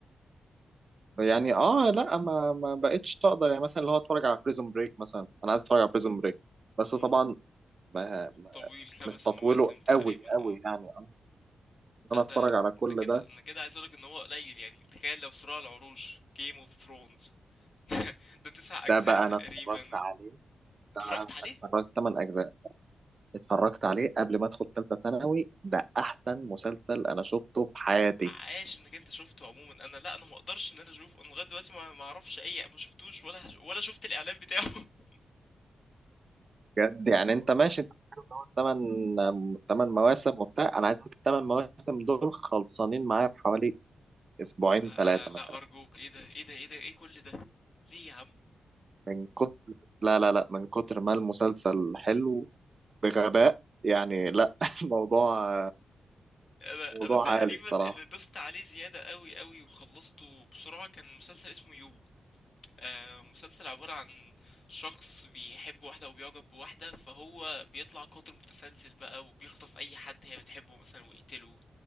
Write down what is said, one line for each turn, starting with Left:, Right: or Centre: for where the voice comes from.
Right: يعني اه لا ما ما بقتش تقدر يعني مثلا اللي هو اتفرج على بريزون بريك مثلا انا عايز اتفرج على بريزون بريك بس
Left: مم.
Right: طبعا ما- ما-
Left: طويل خمس
Right: مستطوله
Left: مواسم تقريبا
Right: قوي قوي
Left: اه
Right: يعني ان انا
Left: لا ده
Right: اتفرج على كل
Left: ده كده
Right: ده
Left: انا كده عايز اقولك ان هو قليل يعني تخيل لو صراع العروش Game of Thrones <laughs> ده تسع اجزاء
Right: ده بقى
Left: تقريبا
Right: انا اتفرجت عليه
Left: واتفرجت
Right: ده أنا
Left: عليه
Right: اتفرجت 8 اجزاء اتفرجت عليه قبل ما ادخل ثالثه ثانوي ده احسن مسلسل انا شفته في حياتي
Left: عاش انك انت شفته عموما انا لا انا ما اقدرش ان انا اشوفه انا لغايه دلوقتي ما ما اعرفش اي ما شفتوش ولا هش- ولا شفت الاعلان بتاعه <laughs>
Right: بجد يعني انت ماشي انت بتتكلم إن هو تمن تمن مواسم وبتاع انا عايز اقول لك الثمان مواسم دول خلصانين معايا في حوالي اسبوعين
Left: لا,
Right: ثلاثه
Left: لا
Right: مثلا
Left: ارجوك ايه ده ايه ده ايه ده ايه كل ده ليه يا عم
Right: من كتر لا لا لا من كتر ما المسلسل حلو بغباء يعني لا <laughs> موضوع
Left: انا
Right: موضوع
Left: انا تقريبا
Right: عالي الصراحه
Left: اللي دوست عليه زياده قوي قوي وخلصته بسرعه كان مسلسل اسمه يو آه مسلسل عباره عن شخص بيحب واحده وبيعجب بواحده فهو بيطلع قاتل متسلسل بقى وبيخطف اي حد هي بتحبه مثلا ويقتله